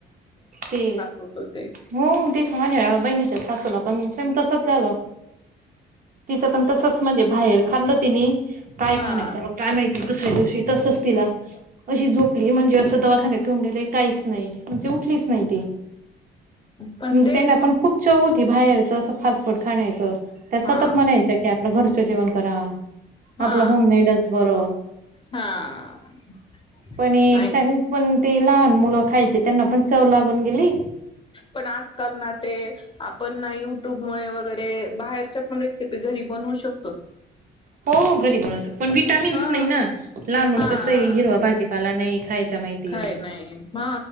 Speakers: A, on the right; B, on the left.
A: ते
B: होतो ते
A: हो ते सज बहिणीच्या सासुला पण सेम तसच झालं तिचं पण तसच म्हणजे बाहेर खाल्लं तिने. काय
B: हा
A: खाण्यात आल काय माहिती, दुसऱ्या दिवशी तसच तिला अशी झोपली म्हणजे असं दवाखान्यात घेउन गेले काहीच नाही. म्हणजे उठलीच नाही ती,
B: पण
A: म्हणजे
B: ते
A: त्यांना पण खूप चव होती बाहेर अस फास्ट फूड खाण्यायचं त्या सतत
B: हा
A: म्हणायच्या की आपलं घरचं जेवन करा.
B: हा
A: आपलं होम मेडच बर.
B: हा.
A: पण एक
B: नाही
A: त्यां पण ते लहान मुलं खायचे त्यांना पण दिली.
B: पण आजकाल ना ते आपण युट्यूबमुळे वगैरे बाहेरच्या पण रेसिपी घरी बनू शक
A: हो घरी बनू श पण विटामिन्स
B: हा
A: नाही ना लहान मुण
B: हा
A: कसं हिरवा भाजीपाला नाही. खायचा माहिती
B: काय नाही ह